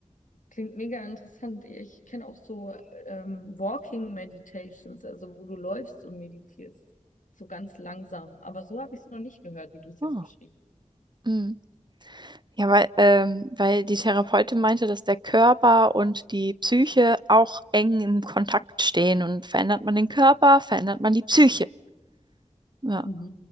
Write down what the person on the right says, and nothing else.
Oh.
mm. Ja, weil, ähm, weil die Therapeutin meinte, dass der Körper und die Psyche auch eng im Kontakt stehen und verändert man den Körper, verändert man die Psyche. Ja.